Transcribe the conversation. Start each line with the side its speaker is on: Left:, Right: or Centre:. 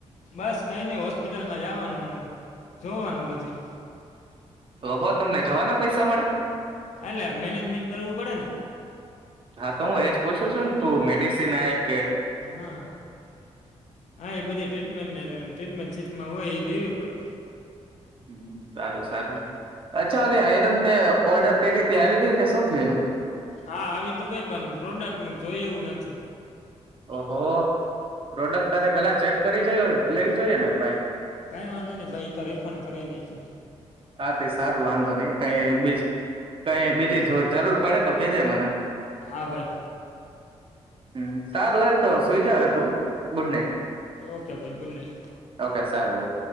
Left: બસ કઈ નઈ હોસ્પિટલમાં જવાનું અને જોવાનું બછી
Right: તો હો તમને જવાના પૈસા મળે
Left: એટલે મેનેજમેન્ટ કરવું પડે ને
Right: હા તો હું એજ પૂછું છ તું મેડીસન એપ
Left: હા હા એ બધી ટ્રીટમેન્ટને ટ્રીટમેન્ટ સીટમાં હોય એ દેવી પડે હ
Right: હ સારું સારું અચ્છા ઓલી આયરન તે ઓર્ડર કરી ત્યા આવી દે કે શું થયું એનું
Left: હા આવી તો કઈ પણ પ્રોડક્ટ જોય એવું નથી
Right: ઓહો પ્રોડક્ટ તારે પેલા ચેક કરી જો લેવી જોઈએ ને ભાઈ
Left: કઈ વાંધો નહી ભાઈ એ તો રિફંડ કરી ન છું
Right: હા તે સારું વાંધો નહીિ કઈ બી કઈ બીજી જો જરૂર પ કે મ
Left: હા ભાઈ
Right: હમ સારું હાલ તો સુઈ જા હવે તું, ગુડ નાઈટ.
Left: ઓકે ભાઈ ગુડ નાઇટ
Right: ઓકે સારું ભાઈ